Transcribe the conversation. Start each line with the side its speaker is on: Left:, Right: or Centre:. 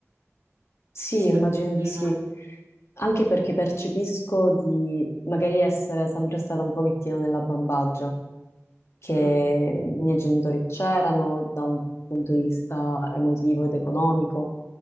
Left: Sì,
Right: rispetto
Left: immagino
Right: a prima.
Left: di sì, anche perché percepisco di magari essere sempre stata un pochettino nella bambagia, che
Right: Mm.
Left: i miei genitori c'erano da un punto di vista emotivo ed economico